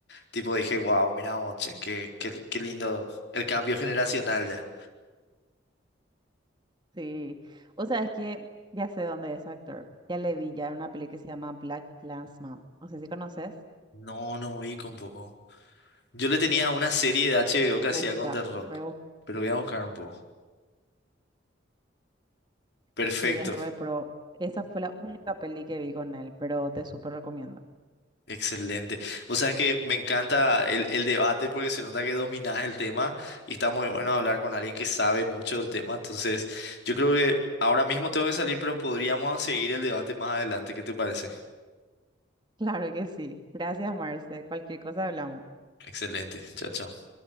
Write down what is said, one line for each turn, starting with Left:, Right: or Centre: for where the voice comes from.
Left: tipo dije, wow, mira, oche, qué, qué, qué lindo el cambio generacional ya.
Right: Sí, o sea, es que ya sé dónde es actor. Ya le vi ya en una peli que se llama Black Klansman. No sé si conoces.
Left: No, no vi con poco. Yo le tenía una serie de HBO que hacía
Right: Busca,
Left: con The Rock,
Right: rebusca.
Left: pero voy a buscar un poco. Perfecto.
Right: Sí, es re pro. Esa fue la única peli que vi con él, pero te súper recomiendo. <laughs>
Left: Excelente. Vos sabés que me encanta el, el debate porque se nota que dominás el tema y está muy bueno hablar con alguien que sabe mucho del tema. Entonces, yo creo que ahora mismo tengo que salir, pero podríamos seguir el debate más adelante. ¿Qué te parece?
Right: Claro que sí. Gracias, Marce. Cualquier cosa hablamos.
Left: Excelente. Chao, chao.